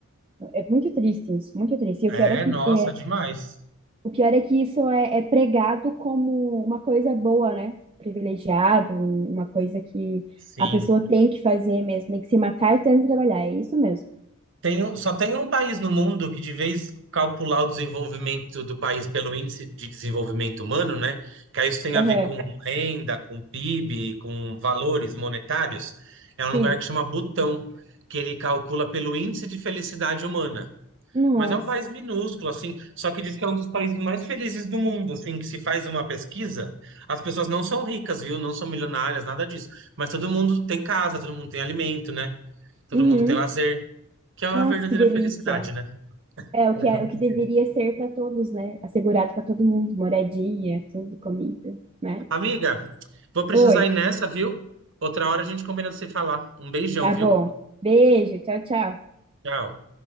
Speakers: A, on the right (about 25°); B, on the right (about 60°).
A: É muito triste isso, muito triste. E
B: É,
A: o pior é que,
B: nossa,
A: é,
B: demais.
A: o pior é que isso é, é pregado como uma coisa boa, né? Privilegiado, um- uma coisa que
B: Sim.
A: a pessoa tem que fazer mesmo, tem que se matar e tem que trabalhar. É isso mesmo.
B: Tem um- só tem um país no mundo que, de vez calcular o desenvolvimento do país pelo índice de desenvolvimento humano, né? Que aí isso tem
A: Aham,
B: a ver com renda, com PIB, com valores monetários. É
A: Sim.
B: um lugar que chama Butão, que ele calcula pelo índice de felicidade humana.
A: Nossa.
B: Mas é um país minúsculo, assim, só que diz que é um dos países mais felizes do mundo, assim, que se faz uma pesquisa, as pessoas não são ricas, viu? Não são milionárias, nada disso. Mas todo mundo tem casa, todo mundo tem alimento, né? Todo
A: Uhum.
B: mundo tem lazer. Que é a
A: Nossa,
B: verdadeira
A: que delícia.
B: felicidade, né?
A: É o
B: É
A: que
B: a
A: é,
B: verdadeira.
A: o que deveria ser para todos, né? Assegurado para todo mundo, moradia, tudo, comida, mas.
B: Amiga, vou precisar
A: Oi,
B: ir nessa, viu? Outra hora a gente combina de se falar. Um beijão,
A: tá
B: viu?
A: bom. Beijo, tchau, tchau.
B: Tchau.